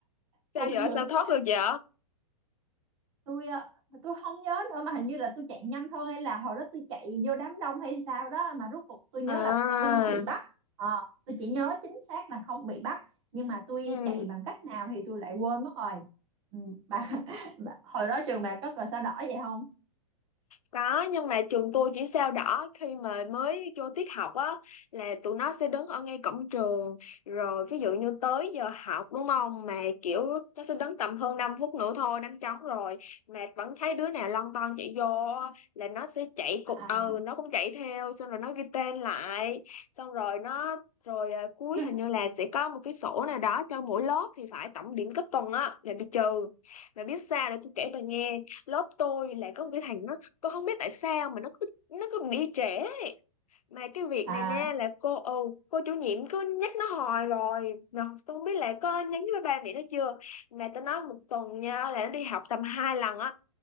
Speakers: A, on the left; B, on the right.
A: sao
B: buồn
A: vậy
B: cười
A: sao thoát
B: <laughs>
A: được vậy
B: tôi ạ, tôi không nhớ nữa mà hình như là tôi chạy nhanh thôi hay là hồi đó tôi chạy vô đám đông hay sao đó mà rốt cuộc tôi nhớ
A: À,
B: là tôi không có bị bắt Ờ, tôi chỉ nhớ chính xác là không bị bắt nhưng mà tôi
A: ừ.
B: chạy bằng cách nào thì tôi lại quên mất rồi ừ, bà, <laughs> bà, hồi đó trường bà có cờ sao đỏ vậy không
A: Có, nhưng mà trường tôi chỉ sao đỏ khi mà mới vô tiết học á là tụi nó sẽ đứng ở ngay cổng trường rồi ví dụ như tới giờ học đúng không mà kiểu nó sẽ đứng tầm hơn 5 phút nữa thôi đánh trống rồi mà vẫn thấy đứa nào lon ton chạy vô á, là nó sẽ chạy cục
B: à
A: ừ nó cũng chạy theo xong rồi nó ghi tên lại xong rồi nó rồi à, cuối
B: à
A: hình
B: <laughs>
A: như là sẽ có một cái sổ nào đó cho mỗi lớp thì phải tổng điểm cấp tuần á là bị trừ mà biết sao để tôi kể bà nghe lớp tôi là có một cái thằng nó cô không biết tại sao mà nó cứ nó cứ bị trễ mà cái việc
B: à
A: này nè
B: à,
A: là cô ừ cô chủ nhiệm cứ nhắc nó hoài rồi mà tôi không biết là có nhắn với ba mẹ nó chưa mà tao nói một tuần nha là nó đi học tầm hai lần á